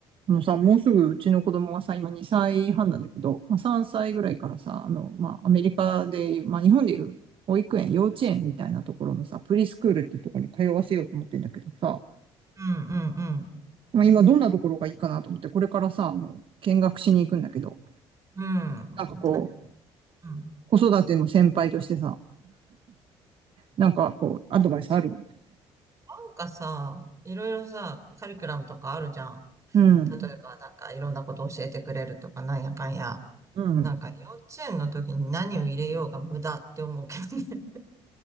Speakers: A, on the right; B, on the right.
A: あのさ、もうすぐうちの子供がさ、今2歳半なんだけど、まあ、3歳ぐらいからさ、あの、まあ、アメリカで、まあ、日本でいう保育園、幼稚園みたいなところのさ、プリスクールっていうところに通わせようと思ってんだけどさ、
B: うんうん
A: まあ、今どんなところがいいかなと思って、これからさ、あの、見学しに行くんだけど、
B: うん。うん。
A: なんかこう、
B: 大変うん。
A: 子育ての先輩としてさ、なんかこう、アドバイスある
B: なんかさ、いろいろさ、カリキュラムとかあるじゃん。
A: うん、
B: 例えば、なんかいろんなこと教えてくれるとか、なんやかんや。
A: うん。
B: なんか幼稚園の時に何を入れようが無駄って思うけどね。